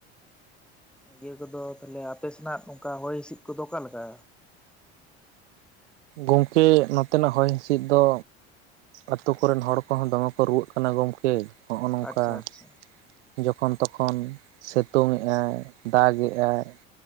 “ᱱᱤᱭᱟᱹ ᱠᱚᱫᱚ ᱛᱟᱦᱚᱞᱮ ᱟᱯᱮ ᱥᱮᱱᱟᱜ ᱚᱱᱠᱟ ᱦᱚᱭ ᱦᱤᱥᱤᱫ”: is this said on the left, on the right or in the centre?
Centre